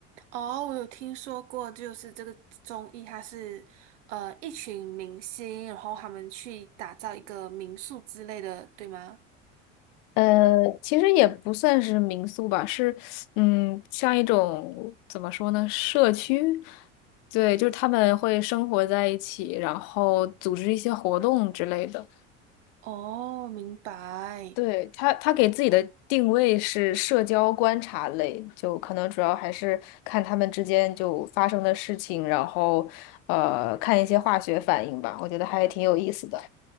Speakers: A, on the right (about 70°); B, on the left (about 55°).
A: 哦，我有听说过，就是这个综艺，它是呃一群明星，然后他们去打造一个民宿之类的，对吗？
B: 呃，其实也不算是民宿吧，是嗯，像一种怎么说呢，社区。对，就是他们会生活在一起，然后组织一些活动之类的。
A: 哦，明白。
B: 对，他，他给自己的定位是社交观察类，就可能主要还是看他们之间就发生的事情，然后呃，看一些化学反应吧，我觉得还挺有意思的。